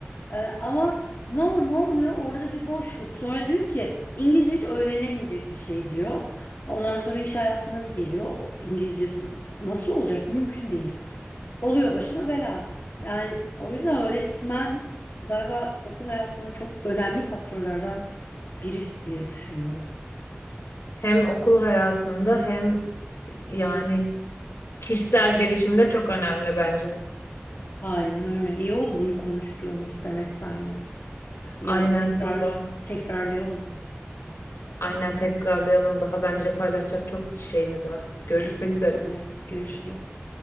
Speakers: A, on the left; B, on the left.
A: Ee, ama ne ne oluyor? Orada bir boşluk. Sonra diyor ki İngilizce hiç öğrenemeyecek bir şey diyor. Ondan sonra iş hayatına bir geliyor. O İngilizcesiz nasıl olacak? Mümkün değil. Oluyor başına bela. Yani o yüzden öğretmen galiba okul hayatında çok önemli faktörlerden birisi diye düşünüyorum.
B: Hem okul hayatında hem yani Kişisel gelişim de çok önemli bence.
A: Aynen öyle. İyi oldu bunu konuştuğumuz Demet senle. Bir
B: Aynen
A: ara tekrar
B: Tuğba.
A: tekrarlayalım.
B: Aynen tekrarlayalım. Daha bence paylaşacak çok şeyimiz var. Görüşmek
A: Kesinlikle
B: üzere.
A: öyle. Görüşürüz.